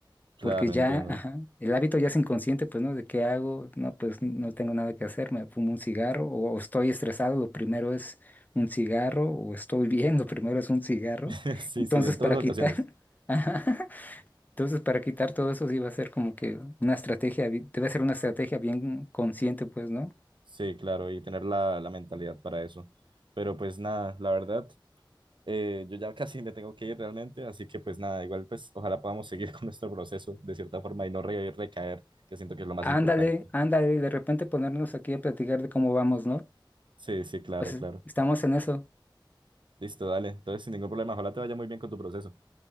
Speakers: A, on the right; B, on the left.
A: claro,
B: Porque ya,
A: entiendo.
B: ajá, el hábito ya es inconsciente, pues, ¿no? ¿De qué hago? No, pues no tengo nada que hacer, me fumo un cigarro o, o estoy estresado, lo primero es un cigarro o estoy bien, lo primero es un cigarro.
A: <laughs> Sí,
B: Entonces,
A: sí, en todas
B: para quitar,
A: ocasiones.
B: <laughs> ajá, entonces para quitar todo eso sí va a ser como que una estrategia, bi- debe ser una estrategia bien consciente, pues, ¿no?
A: Sí, claro, y tener la, la mentalidad para eso. Pero pues nada, la verdad, eh, yo ya <laughs> casi me tengo que ir realmente, así que pues nada, igual pues ojalá podamos seguir <laughs> con nuestro proceso de cierta forma y no re- recaer, que siento que es lo más
B: Ándale,
A: importante.
B: ándale, y de repente ponernos aquí a platicar de cómo vamos, ¿no?
A: Sí, sí, claro,
B: Pues
A: claro.
B: estamos en eso.
A: Listo, dale. Entonces, sin ningún problema, ojalá te vaya muy bien con tu proceso.